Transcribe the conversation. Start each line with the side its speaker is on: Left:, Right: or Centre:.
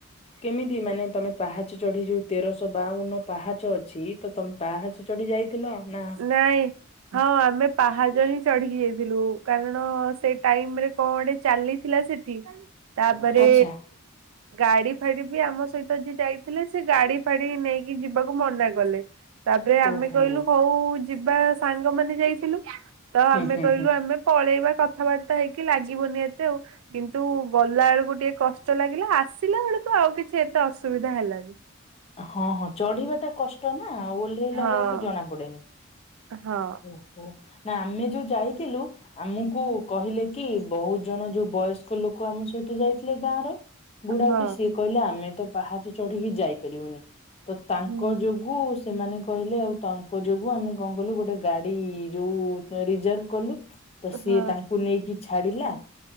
Left: କେମିତି ମାନେ ତମେ ପାହାଚ ଚଢି ଯୋଉ ତେରଶ ବାଉନ ପାହାଚ ଅଛି ତ ତମେ ପାହାଚ ଚଢି ଯାଇଥିଲ ନା
Right: ନାଇ। ହଁ ଆମେ ପାହାଚ ହିଁ ଚଢିକି ଯାଇଥିଲୁ କାରଣ ସେଇ ଟାଇମ ରେ କଁ ଗୋଟେ ଚାଲିଥିଲା ସେଠି ତାପରେ
Left: ଆଚ୍ଛା
Right: ଗାଡି ଫାଡି ବି ଆମ ସହିତ ଯିଏ ଯାଇଥିଲେ ସେ ଗାଡି ଫାଡି ନେଇକି ଯିବାକୁ ମନା କଲେ। ତାପରେ ଆମେ
Left: ଓହୋ
Right: କହିଲୁ ହଉ ଯିବା ସାଙ୍ଗମାନେ ଯାଇଥିଲୁ ତ ଆମେ
Left: ହୁଁ ହୁଁ
Right: କହିଲୁ
Left: ହୁଁ।
Right: ଆମେ ପଳେଇବା କଥାବାର୍ତ୍ତା ହେଇକି ଲାଗିବନି ଏତେ ଆଉ କିନ୍ତୁ ଗଲା ବେଳକୁ ଟିକେ କଷ୍ ଷ୍ଟ ଲାଗିଲା ଆସିଲା ବେଳକୁ ଆଉ କିଛି ଏତେ ଅସୁବିଧା ହେଲାନି।
Left: ହଁ ହଁ ଚଢିବା ଟା କଷ୍ଟ ନା ଓହ୍ଲେଇଲା
Right: ହଁ
Left: ବେଳକୁ ଜଣା ପଡେନି।
Right: ହଁ।
Left: ଓହୋ ନା ଆମେ ଯୋଉ ଯାଇଥିଲୁ ଆମକୁ କହିଲେ କି ବହୁତ ଜଣ ଯୋଉ ବୟସ୍ କ ଲୋକ ଆମ ସହିତ ଯାଇଥିଲେ ଗାଁ ରେ। ବୁଢାବୁଢୀ
Right: ହଁ
Left: ସିଏ କହିଲେ ଆମେ ତ ପାହାଚ ଚଢିକି ଯାଇପାରିବୁନି। ତ ତାଙ୍କ
Right: ହୁଁ
Left: ଯୋଗୁ ସେମାନେ କହିଲେ ଆଉ ତାଙ୍କ ଯୋ ଆମେ କଣ କଲୁ ଗୋଟେ ଗାଡି ଯୋଉ ରିଜର୍ଭ କଲୁ ତ ସିଏ
Right: ହଁ
Left: ତାଙ୍କୁ ନେଇକି ଛାଡିଲା